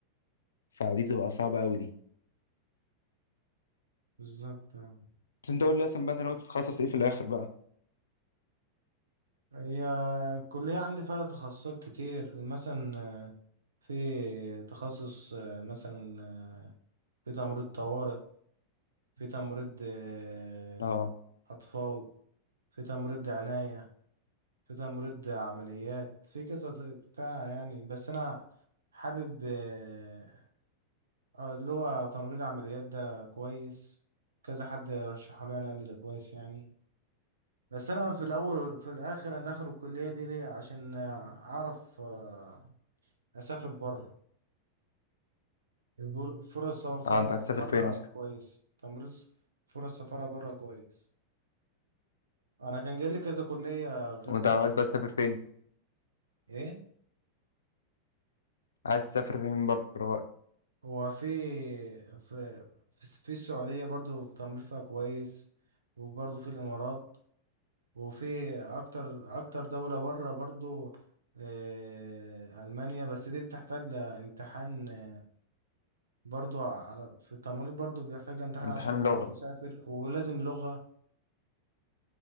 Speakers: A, on the left (about 70°); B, on the right (about 70°).
A: فدي بتبقى صعبه قوي دي
B: بالظبط آه.
A: بس انت قول لي اصلا بقى انت ناوي تتخصص ايه في الاخر بقى
B: هي الكلية عندي فيها تخصصات كتير مثلا آه، في تخصص آه، مثلا آه، في تمريض طوارئ في تمريض آه،
A: اه
B: أطفال في تمريض عناية في تمريض عمليات في كذا ط- بتاع يعني بس أنا حابب آه، اه اللي هو تمريض عمليات ده كويس كذا حد رشحه لي يعني قال لي ده كويس يعني بس انا في الاول في الاخر انا داخل الكليه دي ليه عشان آه، اعرف آه، اسافر بره يقول فرص سفاره
A: اه انت عايز تسافر
B: بره
A: فين اصلا
B: كويس تمريض فرص سفاره بره كويس انا كان جاي لي كذا كليه غير
A: وانت
B: طب
A: عايز بقى تسافر فين
B: ايه
A: عايز تسافر فين من بره بقى
B: هو في في في في السعوديه برضو في تمريض فيها كويس وبرضو في الامارات وفي اكتر اكتر دولة بره برضو آه، المانيا بس دي بتحتاج لامتحان آه، برضو على في التمريض برضو بيحتاج لامتحان
A: امتحان
B: عشان تعرف
A: لغه
B: تسافر ولازم لغة